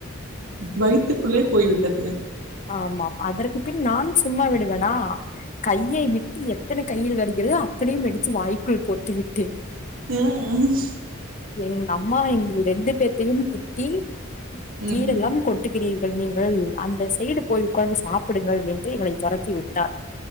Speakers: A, on the right; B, on the left.
A: வயித்துக்குள்ளே போய்விட்டது
B: ஆமாம் அதற்கு பின் நான் சும்மா விடுவேனா கையை விட்டு எத்தனை கையில் வருகிறதோ அத்தனையும் எடுத்து வாய்க்குள் போட்டு விட்டு
A: ஏ <inaudible>
B: எங்க அம்மா எங்க ரெண்டு பேத்தையும் திட்டி
A: ம்
B: கீரெல்லாம் கொட் கிறீர்கள் நீங்கள் அந்த சைடு போய் உட்காந்து சாப்பிடுங்கள் என்று எங்களை தொரத்தி விட்டார்